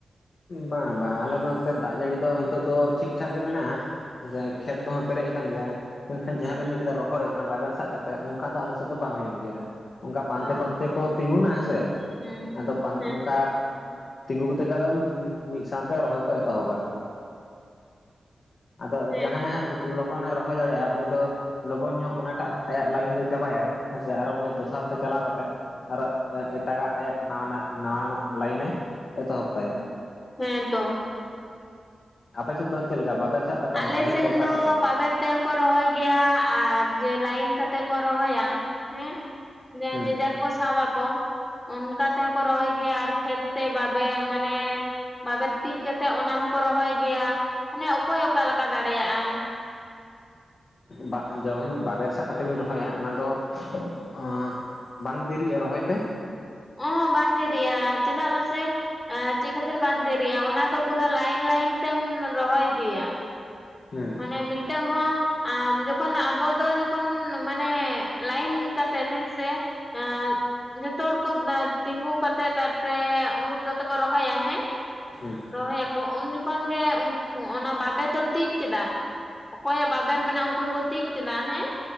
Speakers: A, on the left (about 60°); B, on the left (about 30°).
A: ᱵᱟᱝ ᱵᱟᱝ ᱟᱞᱮ ᱫᱚ ᱱᱚᱛᱮ ᱫᱟᱜ ᱡᱟᱹᱲᱤ ᱫᱚ ᱱᱤᱛᱚᱜ ᱫᱚ ᱴᱷᱤᱠ ᱴᱷᱟᱠ ᱜᱮ ᱢᱮᱱᱟᱜ-ᱟ, ᱮᱸ
B: ᱦᱩᱸ
A: ᱠᱷᱮᱛ ᱠᱚᱦᱚᱸ ᱯᱮᱨᱮᱡ ᱟᱠᱟᱱ ᱜᱮᱭᱟ ᱢᱮᱱᱠᱷᱟᱱ
B: ᱦᱩᱸ
A: ᱡᱟᱦᱟᱸ ᱵᱤᱱ ᱞᱟᱹᱭ ᱠᱮᱫᱟ ᱨᱚᱦᱚᱭ ᱚᱱᱟ ᱵᱟᱵᱮᱨ ᱥᱟᱵ ᱠᱟᱛᱮ ᱚᱱᱠᱟ ᱫᱚ ᱟᱞᱮ ᱥᱮᱫ ᱫᱚ ᱵᱟᱝ ᱦᱩᱭᱩᱜ ᱜᱮᱭᱟ᱾ ᱚᱱᱠᱟ ᱯᱟᱱᱛᱮ
B: ᱚ
A: ᱯᱟᱱᱛᱮ ᱠᱚ ᱛᱤᱸᱜᱩᱱᱟ ᱦᱮᱸᱥᱮ,
B: ᱦᱩᱸ ᱦᱩᱸ
A: ᱟᱫᱚ ᱯᱟᱝ
B: ᱦᱮᱸ
A: ᱚᱱᱠᱟ ᱛᱤᱸᱜᱩ ᱠᱟᱛᱮ ᱜᱮ ᱟᱫᱚᱢ ᱢᱤ ᱢᱤᱫ ᱥᱟᱶᱛᱮ ᱨᱚᱦᱚᱭ ᱠᱚ ᱮᱛᱚᱦᱚᱵᱟ᱾ <unintelligible> ᱟᱫᱚ
B: ᱦᱮᱸ
A: ᱡᱟᱦᱟᱸᱭ ᱦᱟᱸᱜ ᱞᱚᱜᱚᱱ ᱮ ᱨᱚᱦᱚᱭ ᱫᱟᱲᱮᱭᱟᱜ-ᱟ, ᱩᱱᱤ ᱫᱚ ᱞᱚᱜᱚᱱ ᱧᱚᱜ ᱚᱱᱟᱴᱟᱜ ᱟᱭᱟᱜ ᱞᱟᱭᱤᱱ ᱫᱚᱭ ᱪᱟᱵᱟᱭᱟᱭ, ᱦᱮᱸᱥᱮ, ᱟᱨ ᱩᱱᱤ ᱫᱚᱥᱟᱨ ᱛᱮ ᱪᱟᱞᱟᱣ ᱠᱟᱛᱮ ᱟᱨᱚ ᱮᱴᱟᱜᱟᱜ ᱟᱭᱟᱜ ᱱᱟᱣᱟᱱᱟᱜ ᱱᱟᱣᱟᱱᱟᱜ ᱞᱟᱭᱤᱱ ᱮ ᱮᱛᱚᱦᱚᱵ ᱛᱟᱭᱟ᱾
B: ᱦᱩᱸ ᱦᱮᱸ ᱛᱚ,
A: ᱟᱯᱮ ᱥᱮᱫ ᱫᱚ ᱪᱮᱫ ᱞᱮᱠᱟ ᱵᱟᱵᱮᱨ ᱥᱟᱵ? ᱠᱟᱛᱮ ᱚᱱᱟ
B: ᱟᱞᱮ
A: ᱯᱟᱹᱦᱤ
B: ᱥᱮᱱ
A: ᱠᱚ ᱥᱟᱵ
B: ᱫᱚ
A: ᱠᱟᱛᱮ
B: ᱵᱟᱵᱮᱨ ᱛᱮ ᱦᱚᱸᱠᱚ ᱨᱚᱦᱚᱭ ᱜᱮᱭᱟ, ᱟᱨ ᱡᱮ ᱞᱟᱭᱤᱱ ᱠᱟᱛᱮ ᱠᱚ ᱨᱚᱦᱚᱭᱟ ᱦᱮᱸ, ᱡᱮ
A: ᱦᱮᱸ
B: ᱡᱮᱡᱟᱨ ᱠᱚ ᱥᱟᱵ ᱟᱠᱚ, ᱚᱱᱠᱟ ᱛᱮᱦᱚᱸ ᱠᱚ ᱨᱚᱦᱚᱭ ᱜᱮᱭᱟ ᱟᱨ ᱠᱷᱮᱛ ᱛᱮ ᱵᱟᱵᱮ ᱢᱟᱱᱮ, ᱵᱟᱵᱮᱨ ᱴᱤᱡ ᱠᱟᱛᱮᱜ ᱚᱱᱟ ᱦᱚᱸᱠᱚ ᱨᱚᱦᱚᱭ ᱜᱮᱭᱟ ᱢᱟᱱᱮ ᱚᱠᱚᱭ ᱚᱠᱟ ᱞᱮᱠᱟ ᱫᱟᱲᱮᱭᱟᱜᱼᱟ᱾
A: ᱵᱟᱜ ᱡᱮᱦᱚᱱ ᱵᱟᱵᱮᱨ ᱥᱟᱜ ᱠᱟᱛᱮᱜ ᱵᱤᱱ ᱨᱚᱦᱚᱭᱟ ᱚᱱᱟ ᱫᱚ ᱚᱸ ᱵᱟᱝ ᱫᱮᱨᱤᱜᱼᱟ ᱨᱚᱦᱚᱭ ᱛᱮ?
B: ᱚᱸᱦᱚᱸᱜ ᱵᱟᱝ ᱫᱮᱨᱤᱜᱼᱟ ᱪᱮᱫᱟᱜ ᱢᱟᱥᱮ ᱮ ᱪᱮᱜ ᱠᱷᱟᱹᱛᱤᱨ ᱵᱟᱝ ᱫᱮᱨᱤᱜᱼᱟ ᱚᱱᱟ ᱫᱚ ᱯᱩᱨᱟᱹ ᱞᱟᱭᱤᱱ ᱞᱟᱭᱤᱱ ᱛᱮᱢ ᱨᱚᱦᱚᱭ ᱤᱫᱤᱭᱟ᱾
A: ᱦᱮᱸ
B: ᱮ ᱢᱤᱫᱴᱟᱹᱝ ᱦᱚᱸ ᱟᱢ ᱡᱚᱠᱷᱚᱱ ᱟᱵᱚ ᱫᱚ ᱡᱚᱠᱷᱚᱱ ᱢᱟᱱᱮ ᱞᱟᱭᱤᱱ ᱠᱟᱛᱮᱫ ᱦᱮᱸᱥᱮ ᱟᱸ ᱡᱚᱛᱚ ᱦᱚᱲ ᱠᱚ ᱮᱸᱛ ᱛᱤᱸᱜᱩ ᱠᱟᱛᱮᱜ ᱛᱟᱨᱯᱚᱨᱮ ᱩᱝᱜᱩᱛ ᱠᱟᱛᱮᱜ ᱠᱚ ᱨᱚᱦᱚᱭᱟ ᱦᱮᱸ᱾
A: ᱦᱮᱸ
B: ᱨᱚᱦᱚᱭᱟᱠᱚ ᱩᱱ ᱡᱚᱠᱷᱚᱱ ᱜᱮ ᱩᱝ ᱚᱱᱟ ᱵᱟᱵᱮᱨ ᱫᱚ ᱛᱤᱠ ᱠᱮᱫᱟ ᱚᱠᱚᱭᱟᱜ ᱵᱟᱵᱮᱨ ᱢᱮᱱᱟᱜᱼᱟ ᱩᱝᱠᱩ ᱫᱚᱠᱚ ᱛᱤᱡ ᱠᱮᱫᱟ ᱦᱮᱸ